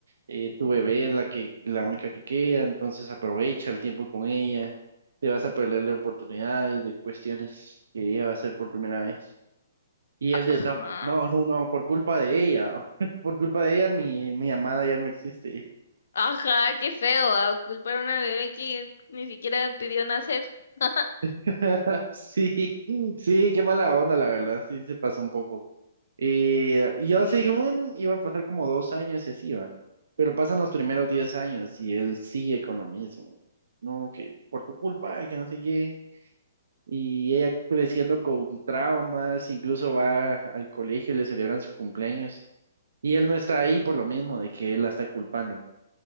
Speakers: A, on the right (about 85°); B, on the left (about 70°).
A: eh, tu bebé es la que, la única que queda, entonces aprovecha el tiempo con ella, te vas a perderle oportunidades de cuestiones que ella va a hacer por primera vez. Y
B: Ajá.
A: él de, no, no, no, no, por culpa de ella, <laughs> por culpa de ella mi, mi amada ya no existe.
B: Ajá, qué feo, a culpar a una bebé que ni siquiera pidió nacer. <laughs>
A: <laughs> Sí, sí, qué mala onda, la verdad, sí se pasó un poco. Y eh, yo
B: Sí.
A: según iba a pasar como dos años y así va, pero pasan los primeros diez años y él sigue con lo mismo. No, que por tu culpa, y que no sé qué. Y ella creciendo con traumas, incluso va al colegio y le celebran su cumpleaños. Y él no está ahí por lo mismo de que él la está culpando.